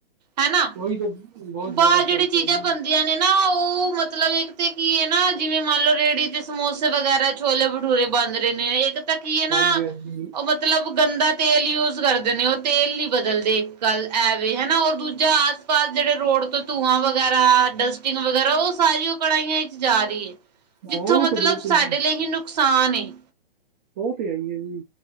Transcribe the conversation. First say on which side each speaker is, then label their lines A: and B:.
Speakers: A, on the right; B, on the right.
A: ਹਨਾ।
B: ਉਹੀ ਤੇ ਬੋਹਤ
A: ਬਾਹਰ
B: ਜਾਦਾ
A: ਜਿਹੜੀ
B: ਚੱਲ
A: ਚੀਜ਼ਾਂ
B: ਪਿਆ ਨਾ।
A: ਬਣਦੀਆਂ ਨੇ ਨਾ ਉਹ ਮਤਲਬ ਇੱਕ ਤੇ ਕੀ ਹੈ ਨਾ ਜਿਵੇਂ ਮੰਨ ਲਓ ਰੇਹੜੀ ਤੇ ਸਮੋਸੇ ਵਗੈਰਾ ਛੋਲੇ ਭਠੂਰੇ ਬਣ ਰਹੇ ਨੇ ਇੱਕ ਤਾਂ ਕੀ ਹੈ
B: ਹਾਂਜੀ
A: ਨਾ
B: ਹਾਂਜੀ
A: ਉਹ ਮਤਲਬ ਗੰਦਾ ਤੇਲ ਯੂਜ ਕਰਦੇ ਨੇ ਉਹ ਤੇਲ ਨੀ ਬਦਲਦੇ। ਗੱਲ ਐਵੇ ਹਨਾ ਰ ਦੂਜਾ ਆਸ ਪਾਸ ਜਿਹੜੇ ਰੋਡ ਤੋਂ ਧੂੰਆਂ ਵਗੈਰਾ, ਡਸਟਿੰਗ ਵਗੈਰਾ, ਉਹ ਸਾਰੀਆਂ ਕੜਹੀਆਂ ਵਿਚ ਜਾ ਰਹੀ ਹੈ। ਜਿੱਥੋਂ
B: ਹਾਂ
A: ਮਤਲਬ
B: ਤੇ ਬਿਲਕੁਲ
A: ਸਾਡੇ
B: ਜੀ
A: ਲਈ ਹੀ ਨੁਕਸਾਨ ਏ।
B: ਉਹ ਤੇ ਹੈ ਹੀ ਹੈ ਜੀ